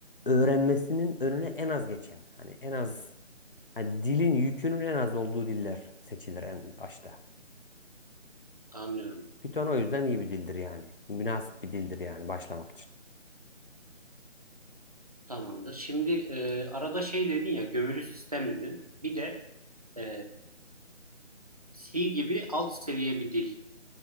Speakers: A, on the left; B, on the right.
A: öğrenmesinin önüne en az geçen, hani en az hani dilin yükünün en az olduğu diller seçilir en başta.
B: anlıyorum.
A: Python o yüzden iyi bir dildir yani. Münasip bir dildir yani başlamak için.
B: Tamamdır. Şimdi e, arada şey dedin ya, gömülü sistem dedin. Bir de e, C gibi alt seviye bir dil.